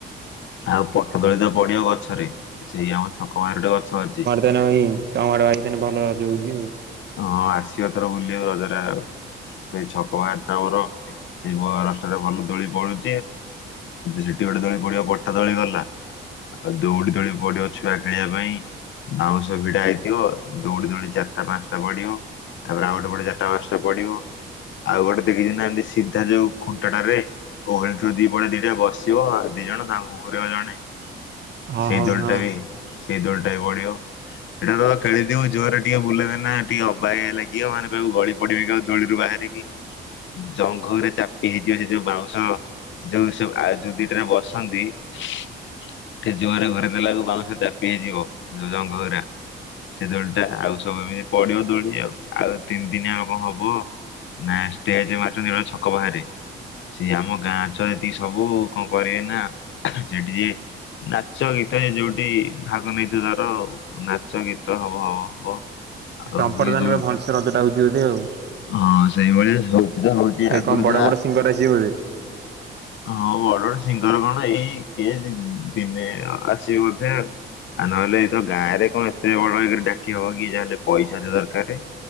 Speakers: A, on the left; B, on the right.
A: ଆଉ ପଟ ଦୋଳି ତ ପଡିବ ଗଛରେ ସେଇ ଆମ ଛକ ବାହାରଟେ ଗଛ ଅଛି।
B: ତନ ଭାଇ ଇଣ୍ଟା ମାଡ଼ ହେଇଥଲେ ଭଲ ଯୋଉଁ ଯୋଉଁ।
A: ହଁ ଆସିବ ଏଥର ବୁଲିବାକୁ ରଜରେ ଆଉ। ସେଇ ଛକ ବାହାର ତା ମୋର ସେଇ ମହାରସ୍ତାରେ ଭଲ ଦୋଳି ପଳୁ ଉ ସେଠି ଗୋଟେ ଦୋଳି ପଡିବା ବର୍ଟା ଦୋଳି ଗଲା ଆଉ ଦୌଡି ଦୌଡି ପଡିବ ଛୁଆ ଖେଳିବା ପାଇଁ ବାଉଁଶ ଭିଡା ହେଇଥିବ ଦୌଡି ଦୌଡି ଚାରିଟା ପାଞ୍ଚ ଟ ବଢ଼ିବୁ ତାପରେ ଆଉ ଗଟେ ଚାରିଟା ପାଞ୍ଚଟା ପଡିବ ଆଉ ଗୋଟେ ଦେଖିଛ ନା ଏମିତି ସିଧା ଯୋଉ ଖୁଣ୍ଟଟା ରହେ। ଓହଳି ଥୁ ଦି ପଡଆ ଦିଟା ବସିବ ଦି ଜଣ ତାଙ୍କୁ ଘୁରଇବ ଜଣେ।
B: ହଁ
A: ସେଇ
B: ହଁ
A: ଦୋଲଟା
B: ହଁ
A: ବି ସେଇ ଦୋଳିଟା ବଡିବ ଏଟା ତ ଖେଳିଥିବ ଜୋର ଟିକେ ବୁଲଦେ ନା ଟିକେ ଅବାଗିଆ ଲାଗି ଇଅ ମାନେ କହିବୁ ଗଳି ପଡିବି କିଉ ଦୋଳିରୁ ବାହାରିକି ଜଙ୍ଘରେ ଚାପି ହେଇଯିବ ସେ ଯୋଉ ବାଉଁଶ ଯୋଉ ସେ ଆ ଯୋଉ ଦିଟାରେ ବସନ୍ତି ଟିକେ ଜୋରେ ଘରେଇ ଦେଲାକୁ ବାଉଁଶ ଚାପି ହେଇଯିବ ଯୋଉ ଜଙ୍ଘହୋରା। ସେ ଦୋଳି ଟା ଆଉ ସବୁମ ପଡିବ ଦୋଳି ଆଉ ଆଉ ତିନି ଦିନିଆ ହବ ହବ। ନା ଷ୍ଟେଜ <unintelligible> ଛକ ବାହାରେ। ସେ ଆମ ଗାଁ ଛୁଆ ଏତିକି ସବୁ କଣ କରିବେ ନା ସେଠି ଯିଏ ନାଚ ଗୀତ ଯ ଯୋଉଠି ଭାଗ ନେଇଥିବ ତାର ନାଚ ଗୀତ ହବ ହବ ହବ। ଆଉ
B: ତଂପଟେ
A: ଏଇ
B: ଜାଣେ
A: ଯୋଉ
B: ଭଲସେ ରଜ ଟା ହଉଛି ବୋଧେ ଆଉ।
A: ହଁ ସେଇଭଳିଆ ହଉଛି ତ ହଉଛି
B: ଏଇ
A: ଆଗରୁ
B: କଣ ବଡ
A: ଯାହା
B: ବଡ ସିଙ୍ଗର ଆସିବେ ବୋଧେ?
A: ହଁ ବଡ ସିଙ୍ଗର କଣ ଏଇ କେ ଦିନେ ଆସିବେ ବୋଧେ। ଆଉ ନହେଲେ ଏଇତ ଗାଁ ରେ କଣ ଏତେ ବଡଇ ଡାକି ହବ କି ଯାହାେଲେ ପଇସା ଦରକାର